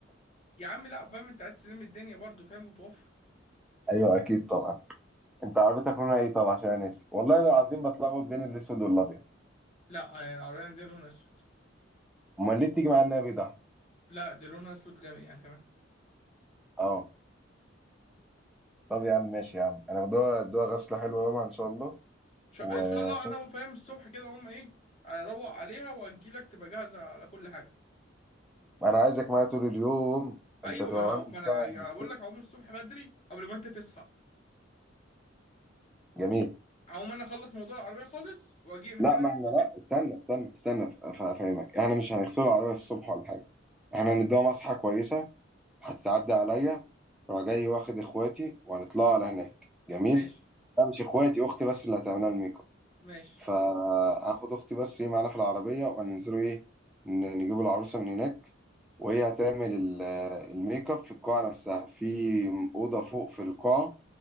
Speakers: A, on the left; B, in the centre.
A: يا عم لا فاهم انت عايز تلم الدنيا برضه فاهم وتوفر
B: <laughs> ايوه اكيد طبعا انت عربيتك لونها ايه طب عشان أنا ناسي والله العظيم بتلخبط بين الاسود والابيض
A: لا يعني العربية عندنا لونها اسود
B: امال ليه بتيجي معايا النبي ده
A: لا دي لونها اسود جامد يعني كمان
B: اه طب يا عم ماشي يا عم انا بدوها ادوها غسله حلوه يومها ان شاء الله
A: شا-
B: وانا
A: ان شاء الله انا وفاهم الصبح كده هم ايه اروق عليها واجيلك تبقى جاهزة على كل حاجة
B: عايزك معايا طول اليوم
A: ايوه
B: انت تبقى
A: ما انا
B: معايا
A: اهو
B: من
A: ما
B: الساعه
A: انا
B: من الصبح
A: بقول لك هقوم الصبح بدري قبل ما انت تصحى
B: جميل
A: هقوم انا اخلص موضوع العربية خالص واجي من
B: لا
A: كده
B: ما احنا
A: البيت
B: لا استنى استنى استنى أف- افهمك احنا مش هنغسله العربية الصبح ولا حاجة احنا هنديها مسحة كويسة هتتعدي عليا راح جاي واخد اخواتي وهنطلع على هناك جميل
A: ماشي
B: لا مش اخواتي اختي بس اللي هتعملها الميك اب
A: ماشي
B: فهاخد اختي بس ايه معانا في العربية وهننزلوا ايه ن- نجيبوا العروسة من هناك وهي هتعمل ال- الميك اب في القاعة نفسها في أوضة فوق في القاعة